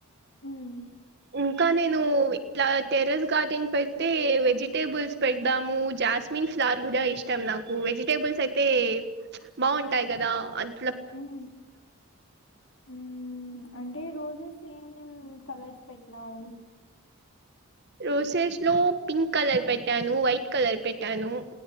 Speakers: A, on the left; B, on the right.
A: హ్మ్.
B: ఇంకానే నువ్వు ఇలా టెరెస్ గార్డెన్ పెడితే వెజిటేబుల్స్ పెడదాము జాస్మిన్ ఫ్లవర్ కూడా ఇష్టం నాకు వెజిటేబుల్స్ అయితే బాగుం టాయి కదా అంత్
A: ఉమ్ ఉమ్మ్ అంటే రోజెజ్ సేమ్ కలర్స్ పెట్టినాము
B: రోసెస్ లో పింక్ కలర్ పెట్టాను వైట్ కలర్ పెట్టాను